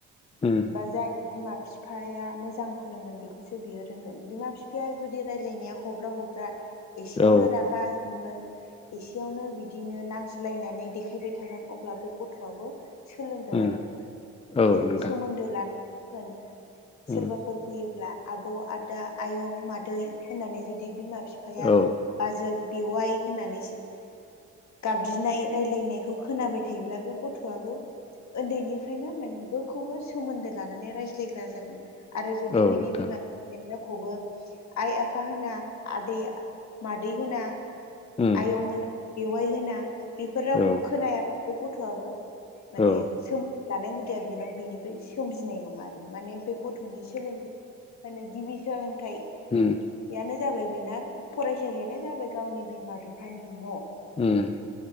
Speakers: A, on the left; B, on the left.
A: ओम।
B: बा जाय बिमा -बिफा बिफाया मोजां फोरोंगोन बेखौसो बियो रोंगोन। बिमा -बिफाया जुदि रायलायनाया हब्रा- हब्रा एसेयावनो
A: औ
B: रागा जोंगोन एसेयावनो बिदिनो <unintelligible> -लायनानै देखायबाय थागोन अब्ला बे गथ'आबो सोलोंगोन
A: उम
B: आरो सोरजों
A: औ नोंथां
B: सोमोन्दो लानानै <unintelligible> सोरबा
A: उम
B: -फोर फैयोब्ला आब', आदा, आयं, मादै होननानै जुदि बिमा -बिफाया
A: औ
B: बाजै बेवाइ होननानैसो बिनाय रायलायनायखौ खोनाबाय थायोब्ला बे गथ'आबो उन्दैनिफ्रायनो माने बयखौबो सोमोन्दो लानानै रायज्लायग्रा जागोन। आरो जुदि
A: औ
B: बिनि
A: नोंथां
B: बिमा रावखौबो आइ- आफा होना आदै- मादै होना
A: उम
B: आयं होना बेवाइ होना बेफोर रावखौ
A: औ
B: खोनाया बे गथ'आबो माने
A: औ
B: सोमोनदो लानाय हुदाया बेनाव बेनिफ्राय सोमजिनाय नङा आरो। माने बे गथ'नि सोलोंथाइ माने गिबि सोलोंथाइयानो
A: उम
B: जाबाय बेना फरायसालियानो जाबाय गावनि बिमा -बिफानि न'
A: ओम।